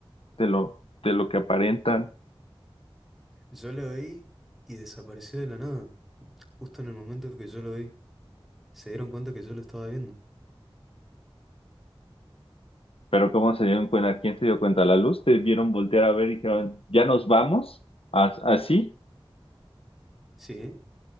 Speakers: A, on the left (about 80°); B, in the centre.
A: de lo, de lo que aparentan,
B: Yo lo vi y desapareció de la nada, justo en el momento que yo lo vi. Se dieron cuenta que yo lo estaba viendo.
A: pero ¿cómo se dieron cuenta? ¿Quién se dio cuenta? ¿La luz? ¿Te vieron voltear a ver y dijeron, ya nos vamos? ¿As- ¿Así?
B: Sí,